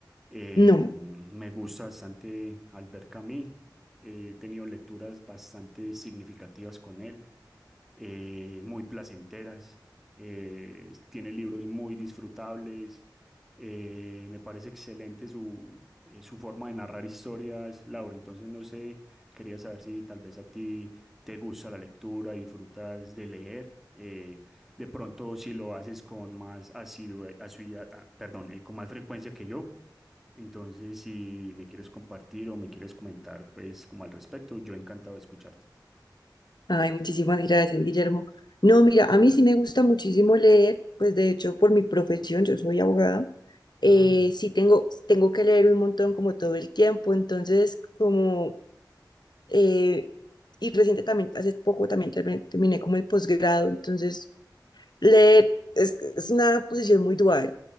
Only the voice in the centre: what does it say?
Eh,
me gusta bastante Albert Camus, eh, he tenido lecturas bastante significativas con él eh, muy placenteras, eh, tiene libros muy disfrutables, eh, me parece excelente su, eh, su forma de narrar historias, Laura. Entonces, no sé, quería saber si tal vez a ti te gusta la lectura, disfrutas de leer. eh, de pronto, si lo haces con más asidua- asiduidad, ah, ah, perdón, eh, con más frecuencia que yo. Entonces, si me quieres compartir o me quieres comentar, pues como al respecto, yo encantado de escucharte.
Ah,